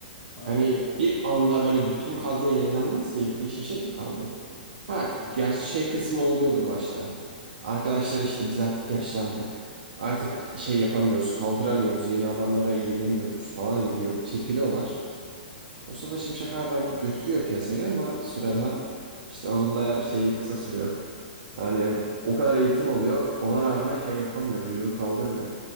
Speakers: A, on the left; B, on the right.
A: Aynen
B: Hani
A: öyle abi.
B: bir anda böyle bütün kadro yenilenmez ya bir tek Şimşek mi kaldı? Ha,
A: Kesinlikle.
B: gerçi şey kısmı oluyordu başta. Arkadaşlar işte biz artık yaşlandık. Artık
A: Evet.
B: şey yapamıyoruz, kaldıramıyoruz, yeni adamlara yenemiyoruz falan
A: Hı hı.
B: diyor, çekiliyorlar. O sırada Şimşek hala bir götürüyor piyasayı ama bir süre
A: Hı hı.
B: daha işte onun da şeyi kısa sürüyor. Hani o kadar eğitim alıyor, ona rağmen şey yapamıyor, vücudu kaldırmıyor.